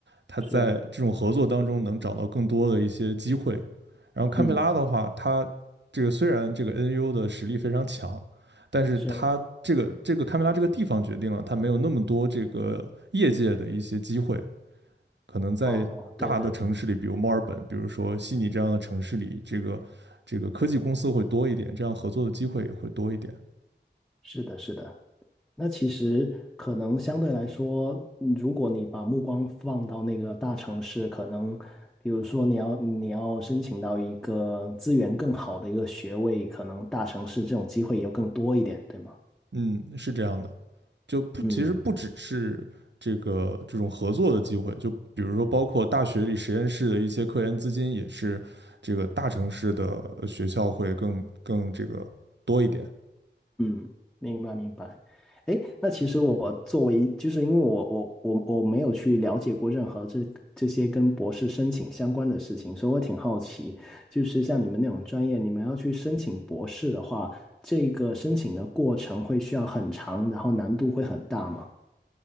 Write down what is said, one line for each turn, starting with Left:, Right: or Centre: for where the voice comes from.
Right: 它在这种合作当中能找到更多的一些机会。
Centre: 是，
Right: 然后堪培拉的话，
Centre: 嗯，
Right: 它这个虽然这个 NU 的实力非常强，但是它这个这个堪培拉这个地方决定了它没有那么多这个业界的一些机会，
Centre: 是，
Right: 可能在大的城市里，
Centre: 哦，对对，
Right: 比如墨尔本，比如说悉尼这样的城市里，这个这个科技公司会多一点，这样合作的机会也会多一点。
Centre: 是的，是的。那其实可能相对来说，嗯如果你把目光放到那个大城市，可能比如说你要你要申请到一个资源更好的一个学位，可能大城市这种机会也更多一点，对吗？
Right: 嗯，是这样的，就不其实不只是这个这种合作的机会，
Centre: 嗯。
Right: 就比如说包括大学里实验室的一些科研资金，也是这个大城市的呃学校会更更这个多一点。
Centre: 嗯，明白明白。哎，那其实我作为一就是因为我我我我没有去了解过任何这这些跟博士申请相关的事情，所以我挺好奇，就是像你们那种专业，你们要去申请博士的话，这个申请的过程会需要很长，然后难度会很大吗？